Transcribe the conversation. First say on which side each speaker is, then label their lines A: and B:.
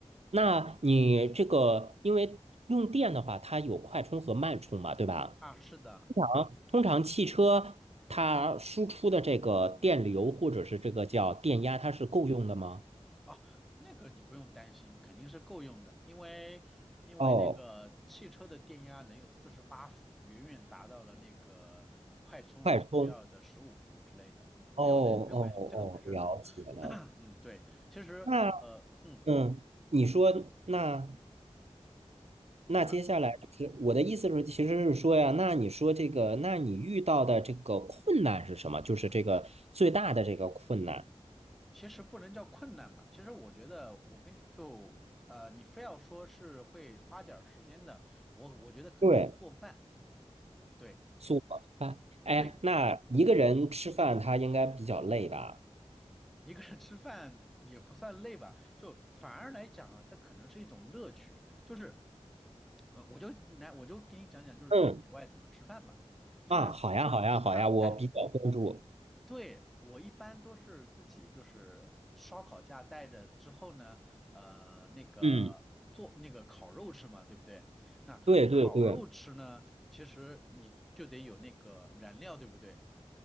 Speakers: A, on the right (about 70°); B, in the centre.
A: 那你这个因为用电的话，它有快充和慢充嘛，对吧？
B: 啊，是的，
A: 通常通常汽车它输出的这个电流或者是这个叫电压，它是够用的吗？
B: 哦，那个你不用担心，肯定是够用的，因为因为那个汽车的电压能有四十八伏，
A: 哦，
B: 远远达到了那个快充所需要的十五伏之类的，
A: 快充。
B: 嗯，
A: 哦哦哦，
B: 没有担没有关系，这个没事的，
A: 了解了。
B: <coughs> <clears throat> 嗯，对，其实呃嗯，
A: 那嗯，你说那那接下来就是我的意思是，
B: 怎么了？
A: 其实是说呀，那你说这个，那你遇到的这个困难是什么？就是这个最大的这个困难。
B: 其实不能叫困难嘛，其实我觉得我跟就呃，你非要说是会花点儿时间的，我我觉得可能是做饭，
A: 对，
B: 对
A: 做饭。哎，
B: 对，
A: 那一个人吃饭他应该比较累吧？
B: 嗯，一个人吃饭也不算累吧，就反而来讲啊，它可能是一种乐趣，就是呃，我就来我就给你讲讲就是在野外怎么吃饭吧，
A: 嗯
B: 就是
A: 啊，好呀，好呀，好呀，
B: 让，
A: 我比较关注。
B: 哎。对，我一般都是自己就是烧烤架带着之后呢，呃，那个做那个烤肉吃嘛，
A: 嗯，
B: 对不对？那烤肉吃呢，
A: 对对对，
B: 其实你就得有那个燃料，对不对？